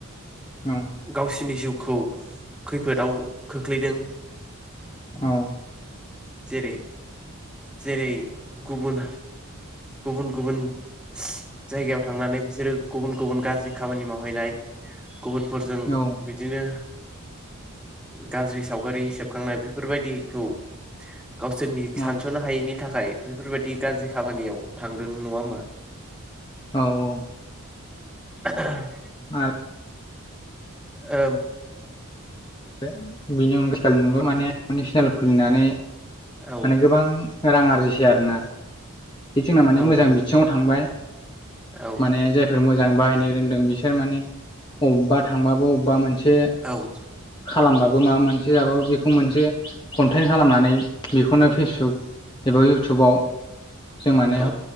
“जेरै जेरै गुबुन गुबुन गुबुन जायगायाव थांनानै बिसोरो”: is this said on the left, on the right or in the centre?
Centre